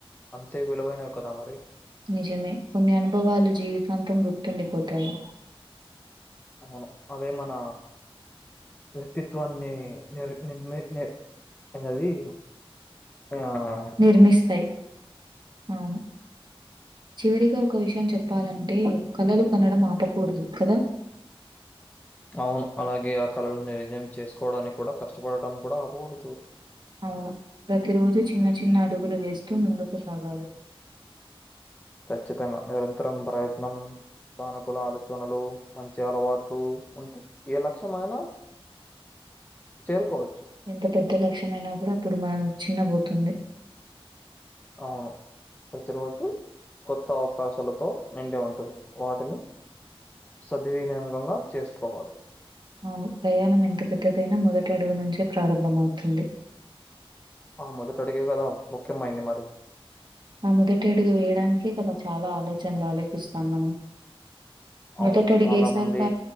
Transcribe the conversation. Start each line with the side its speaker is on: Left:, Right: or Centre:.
Left: అంతే విలువైనవి కదా మరి
Right: నిజమే కొన్ని అనుభవాలు జీవితాంతం గుర్తుండిపోతాయి
Left: అవును అవే మన వ్యక్తిత్వాన్ని నిర్ నిర్మి అనేది ఆ
Right: నిర్మిస్తాయి అవును చివరిగా ఒక విషయం చెప్పాలంటే కళలు కనడం ఆపకూడదు కదా
Left: అవును అలాగే ఆ కళలను నిర్ణయం చేసుకోవడానికి కూడా కష్టపడటం కూడా ఆపకూడదు
Right: అవును ప్రతి రోజు చిన్న చిన్న అడుగులు వేస్తూ ముందుకు సాగారు
Left: ఖచ్చితంగా నిరంతరం ప్రయత్నం స్థనుకూల ఆలోచనలు మంచి అలవాట్లు ఉంటే ఏ లక్ష్యం అయినా చేరుకోవచ్చు
Right: ఎంత పెద్ద లక్ష్యంమయినా కూడా అప్పుడు మనం చిన్న పోతుంది
Left: అవును ప్రతిరోజు కొత్త అవకాశాలతో నిండి ఉంటుంది వాటిని సద్వినియోగంగా చేసుకోవాలి
Right: అవును ప్రయాణం ఎంత పెద్దదైనా మొదటి అడుగు నుంచే ప్రారంభం అవుతుంది
Left: ఆ మొదట అడిగే కదా ముఖ్యమైంది మరి
Right: ఆ మొదటి అడుగు వేయడానికే కదా చాలా ఆలోచనలు ఆలోపిస్తాం మనం మొదటడిగేశాక
Left: అవును. చాలా మంది